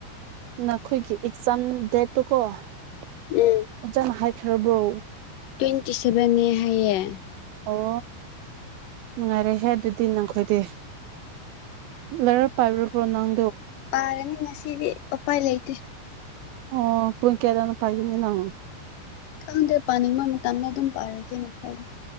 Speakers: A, on the right; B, on the left.
A: ꯅꯈꯣꯏꯒꯤ ꯑꯦꯛꯖꯥꯝ ꯗꯦꯠꯇꯨ ꯀꯣ ꯑꯣꯖꯥꯅ
B: ꯎꯝ
A: ꯍꯥꯏ ꯈ꯭ꯔꯕ꯭ꯔꯣ
B: ꯇ꯭ꯋꯇꯤ ꯁꯦꯕꯟꯅꯦ ꯍꯥꯏꯌꯦ
A: ꯑꯣ ꯅꯨꯡꯉꯥꯏꯔꯦꯍꯦ ꯑꯗꯨꯗꯤ ꯅꯪꯈꯣꯏꯗꯦ ꯂꯥꯏꯔꯞ ꯄꯥꯏꯕꯔꯕ꯭ꯔꯣ ꯅꯪ
B: ꯄꯥꯔꯅꯤ ꯉꯁꯤꯗꯤ ꯎꯄꯥꯏ ꯂꯩꯇꯦ
A: ꯑꯣ ꯄꯨꯡ ꯀꯦꯗꯅ ꯄꯥꯏꯒꯅꯤ ꯅꯪ
B: ꯈꯪꯗꯦ ꯄꯥꯅꯤꯡꯕ ꯃꯇꯝꯅ ꯑꯗꯨꯝ ꯄꯥꯔꯒꯦꯅ ꯈꯜꯜꯂꯤꯦ